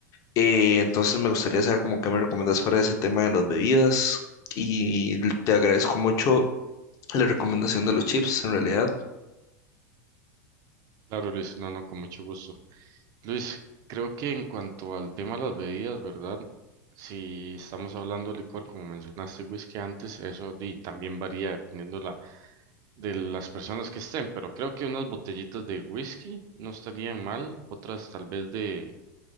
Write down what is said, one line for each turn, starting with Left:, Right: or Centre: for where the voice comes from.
Left: eh, entonces me gustaría saber cómo que me recomiendas para ese tema de las bebidas y l- te agradezco mucho la recomendación de los chips, en realidad.
Right: Claro, Luis, no, no, con mucho gusto. Luis, creo que en cuanto al tema de las bebidas, ¿verdad? Si estamos hablando de licor, como mencionaste, whisky antes, eso di, también varía dependiendo la, de las personas que estén, pero creo que unas botellitas de whisky no estarían mal, otras tal vez de,